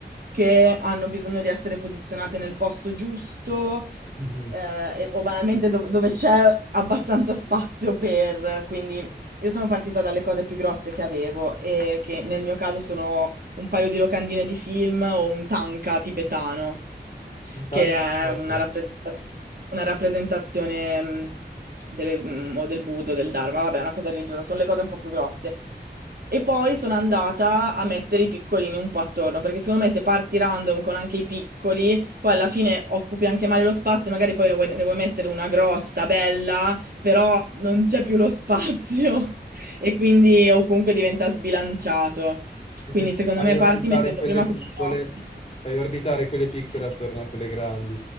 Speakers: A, on the right (about 55°); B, on the left (about 35°).
A: che hanno bisogno di essere posizionate nel posto giusto,
B: Mhm.
A: eh, e- o banalmente dov- dove c'è abbastanza spazio per, quindi io sono partita dalle cose più grosse che avevo e che nel mio caso sono un paio di locandine di film o un tanka tibetano,
B: In tanca?
A: che è
B: Ok.
A: una rappresenta- una rappresentazione mh, delle- mh, o del Buddha o del Dharma, vabbè, è una cosa religiosa, sono le cose un po' più grosse. E poi sono andata a mettere i piccolini un po' attorno, perché secondo me se parti random con anche i piccoli, poi alla fine occupi anche male lo spazio, e magari poi ne vuoi, ne vuoi mettere una grossa, bella però non c'è più lo spazio <laughs> e quindi o comunque diventa sbilanciato.
B: Sì,
A: Quindi
B: sì, sì.
A: secondo
B: Fai
A: me
B: orbitare
A: parti mettendo
B: quelle
A: prima
B: piccole,
A: quelle grosse.
B: fai orbitare quelle piccole
A: Sì.
B: attorno a quelle grandi.